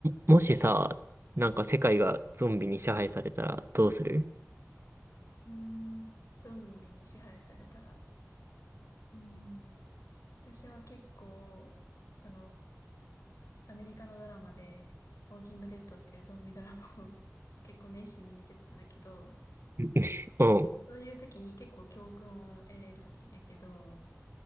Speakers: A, on the right; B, on the left.
A: もしさ、なんか世界がゾンビに支配されたらどうする
B: うーん、ゾンビに支配されたら。うーん、私は結構、その、アメリカのドラマで、ウォーキングデッドっていうゾンビドラマを <laughs> 結構熱心に見てたんだけど、
A: <laughs> うん、
B: そういう時に結構教訓を得れるんやけど、